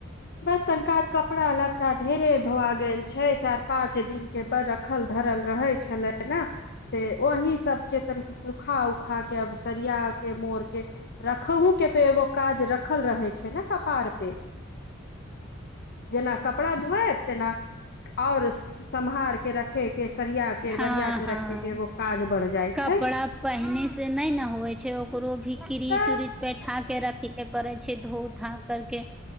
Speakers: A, on the left; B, in the centre.
A: बस तनिका आज कपड़ा-लत्ता ढेरे धोआ गेल छै। चार-पाँंच दिनके बड़ रखल-धरल रहै छलै न से ओही सबके तनिक सुख- सुखा-उखा के आब सरिया के, मोर के रखहुके तऽ एगो काज रखल रहै छै ने कपार पे। जेना कपड़ा धोएब, तेना और सम्हार के रखे के सरिया के
B: हँ
A: बरिया के
B: हँ।
A: रखे के एगो काज बढ़ जाइ
B: कपड़ा
A: छै
B: पहिनेसे नहि ने होइ छै, ओकरो भी क्रीच-उरिच
A: तऽ
B: बैठा के रखे- के पड़ै छै। धोउ-धा करके